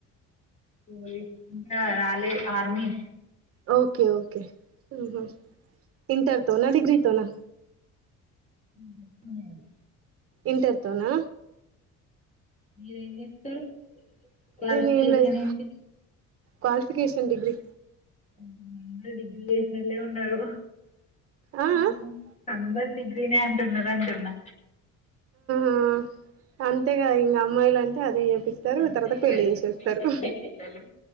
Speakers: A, on the left (about 25°); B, on the right (about 45°).
A: పోలీస్ ఇంకా రాలే ఆర్మీ
B: ఓకే ఓకే ఆహా ఇంటర్తోనా? డిగ్రీతోనా?
A: ఉహు మొన్నే అది
B: ఇంటర్తోనా
A: మీరేం చెస్తరు క్వాలిఫికేషన్
B: నేనేం లేదు
A: ఏంటి?
B: క్వాలిఫికేషన్ డిగ్రీ
A: ఉహు అందరు డిగ్రీ చేసినోలే ఉన్నరు
B: ఆ
A: అవును
B: ఆ
A: అందరు డిగ్రీనే అంటున్నది అంటున్నా
B: ఆ అంతేగా ఇంకా అమ్మాయిలు ఆన్ ద అది స్తారు
A: అంతే
B: తర్వాత
A: ఇగ
B: పెళ్లి
A: డిగ్రీ
B: చేసేస్తరు
A: పెళ్లి పిల్లలు